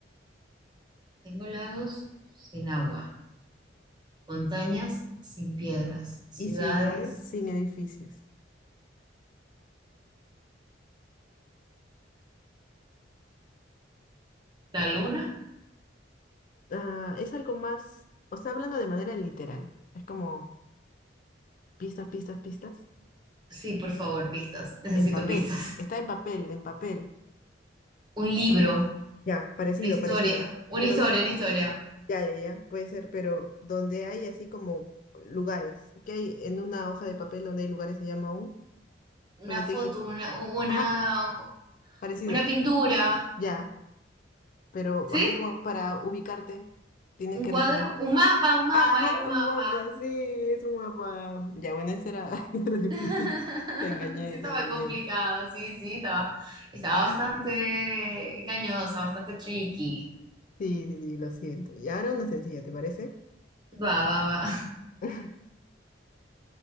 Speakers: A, on the right (about 25°); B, on the left (about 45°).
A: Tengo lagos sin agua. Montañas sin piedras, ciudades,
B: Y ciudades sin edificios.
A: la luna.
B: Ah, es algo más, o sea, hablando de manera literal. Es como pistas, pistas, pistas.
A: Sí, por favor, pistas. <laughs> Necesito
B: En papel.
A: pistas.
B: Está en papel, en papel.
A: Un libro,
B: Ya, parecido,
A: una historia,
B: parecido.
A: una
B: Pero
A: historia,
B: no-
A: una historia,
B: ya, ya, ya, puede ser, pero donde hay así como lugares, que hay en una hoja de papel donde hay lugares se llama un,
A: una
B: donde te
A: foto,
B: guía.
A: una, una,
B: Ajá, parecido.
A: una pintura,
B: Ya. pero
A: ¿sí?
B: hace como para ubicarte, tienes
A: Un
B: que
A: cuadro,
B: referir.
A: un mapa, un mapa,
B: Ajá,
A: era un mapa.
B: un mapa, sí, es un mapa. Ya, bueno, ese era, <laughs> ese era difícil.
A: <laughs>
B: Te engañé,
A: Sí, estaba
B: te engañé.
A: complicado, sí, sí, estaba, estaba bastante engañosa, bastante tricky.
B: Sí, sí, sí, lo siento. Y ahora una sencilla, ¿te parece?
A: Va, va, va.
B: <laughs>